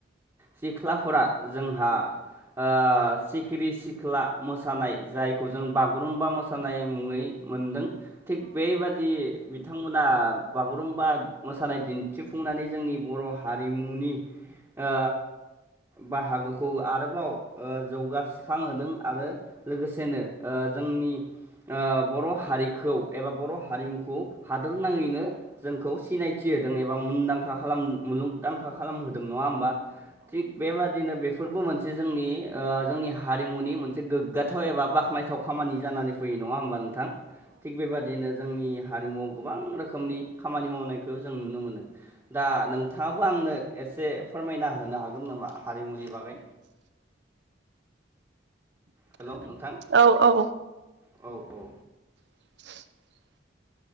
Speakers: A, on the right (about 15°); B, on the right (about 70°).
A: सिख्लाफोरा जोंहा ओ सिखिरि-सिख्ला मोसानाय जायखौ जों बागुरुम्बा मोसानाय मुङै मोनदों। थिग बेबादि बिथांमोना बागुरुम्बा मोसानाय दिन्थिफुंनानै जोंनि बर' हारिमुनि ओ बाहागोखौ आरोबाव ओ जौगास्रांहोदों आरो लोगोसेनो ओ जोंनि ओ बर' हारिखौ एबा बर' हारिमुखौ हादोर नाङैनो जोंखौ सिनायथि होदों एबा मुंदांखा खालाम- मुलुगदांखा खालामहोदों नङा होमबा‌। थिग बेबादिनो बे फोरबो मोनसे जोंनि ओ जोंनि हारिमुनि मोनसे गोग्गाथाव एबा बाखनायथाव खामानि जानानै फैयो। नङा होमबा नोंथां? थिग बेबादिनो जोंनि हारिमुआव गोबां रोखोमनि खामानि मावनायखौ जों नुनो मोनो। दा नोंथाङाबो आंनो एसे फोरमायना होनो हाग गोन नामा? हारिमुनि बागै हेलौ नोंथां
B: औ औ
A: औ औ
B: <inaudible>